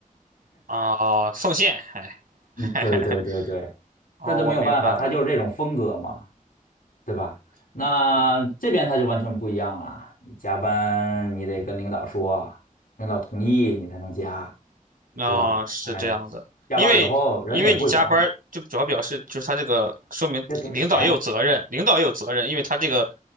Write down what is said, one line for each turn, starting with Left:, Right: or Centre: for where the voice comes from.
Right: 啊，奉献，哎，
Left: 嗯，
Right: <laughs>
Left: 对对对对，
Right: 哦，
Left: 他就没有办法，
Right: 我明白了，
Left: 他就是这种风格嘛。对吧？那这边他就完全不一样了，你加班你得跟领导说，领导同意你才能加，
Right: 啊，
Left: 对吧？
Right: 是这样的，
Left: 哎，下班以后人家也不会找你，
Right: 因为因为你加班儿，就主要表示就是他这个说明领导也有责任，
Left: 这给你钱，
Right: 领导也有责任，因为他这个